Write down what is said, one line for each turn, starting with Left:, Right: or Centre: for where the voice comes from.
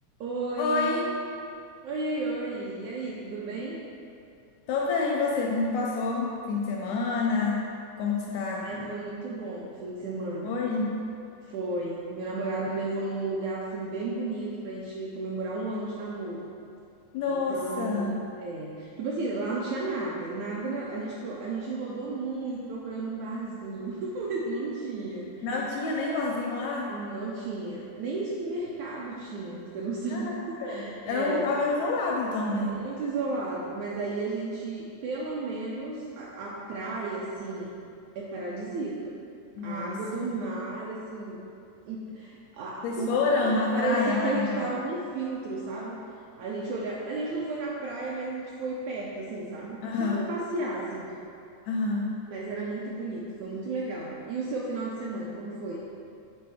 Right: Oi,
Left: Oi,
Right: oi, oi, oi. E aí, tudo bem?
Left: tô bem, e você? Como que passou o fim de semana? Como que você tá?
Right: Ai, foi muito bom o fim de semana.
Left: Oi?
Right: Foi. Meu namorado me levou num lugar assim bem bonito pra gente comemorar um ano de namoro.
Left: Nossa,
Right: Então, é. Tipo assim, lá não tinha nada, nada. na- A gente, pro- a gente rodou muito procurando um barzinho. <laughs> Não tinha,
Left: não tinha nem barzinho lá?
Right: não tinha. Nem supermercado tinha, pra ter noção.
Left: Caraca, era
Right: <laughs>
Left: um lugar meio isolado então, né?
Right: muito isolado. Mas aí a gente, pelo menos, a, a praia, assim, é paradisíaca.
Left: Nossa,
Right: A água do mar, assim, em- a-
Left: vocês
Right: o,
Left: foram na
Right: parecia
Left: praia lá
Right: que a
Left: então?
Right: gente tava com filtro, sabe? A gente olha, a gente não foi na praia, mas a gente foi perto, assim, sabe?
Left: Aham,
Right: Só pra passear, assim.
Left: aham.
Right: Mas era muito bonito, foi muito legal. E o seu final de semana, como foi?